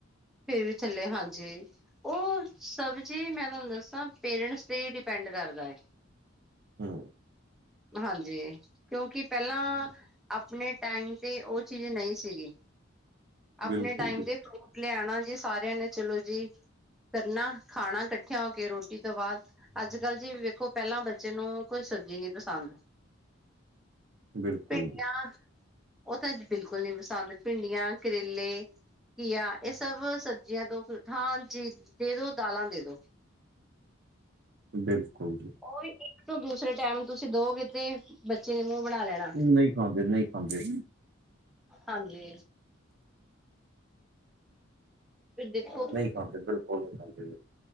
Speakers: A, in the centre; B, on the right.
A: ਫੇਰ ਵੀ ਥੱਲੇ ਹਾਂਜੀ। ਓ ਸਬ ਜੀ ਮੈਂ ਤੁਹਾਨੂੰ ਦੱਸਾਂ ਪੇਰੈਂਟਸ ਤੇ ਈ ਡਿਪੈਂਡ ਕਰਦਾ।
B: ਹੂੰ
A: ਹਾਂਜੀ ਕਿਉਂਕਿ ਪੈਲਾਂ ਆਪਣੇ ਟੈਮ ਤੇ ਓ ਚੀਜ਼ ਨਈ ਸੀਗੀ। ਆਪਣੇ
B: ਬਿਲਕੁਲ
A: ਟਾਈਮ
B: ਜੀ
A: ਦੇ ਫਰੂਟ ਲਿਆਣਾ ਜੀ ਸਾਰਿਆਂ ਨੇ ਚਲੋ ਜੀ। ਕਰਨਾ ਖਾਣਾ ਕੱਠਿਆਂ ਹੋ ਕੇ ਰੋਟੀ ਤੋਂ ਬਾਦ ਅੱਜ ਕੱਲ੍ਹ ਜੀ ਵੇਖੋ ਪੈਲਾਂ ਬੱਚੇ ਨੂੰ ਕੋਈ ਸਬਜ਼ੀ ਨਈ ਪਸੰਦ
B: <inaudible> ਬਿਲਕੁਲ
A: ਭਿੰਡੀਆਂ
B: ਜੀ
A: ਓ ਤਾਂ ਅੱਜ ਬਿਲਕੁਲ ਨੀ ਪਸੰਦ ਭਿੰਡੀਆਂ ਕਰੇਲੇ ਘੀਆ ਏ ਸਭ ਸਬਜ਼ੀਆਂ ਤੋਂ ਹਾਂਜੀ ਦੇ ਦੋ ਦਾਲਾਂ ਦੇ ਦੋ।
B: ਬਿਲਕੁਲ ਜੀ।
A: ਓ ਵੀ ਇੱਕ ਤੋਂ ਦੂਸਰੇ ਟੈਮ ਤੁਸੀਂ ਦੋ ਕਿ ਤੇ ਬੱਚੇ ਨੇ ਮੂੰਹ ਬਣਾ ਲੈਣਾ
B: ਨਹੀਂ ਖਾਂਦੇ ਨਹੀਂ ਖਾਂਦੇ
A: ਹਾਂਜੀ। ਫਿਰ ਦੇਖੋ।
B: ਹਾਂਜੀ ਬਿਲਕੁਲ ਨੀ ਖਾਂਦੇ ਜੇ।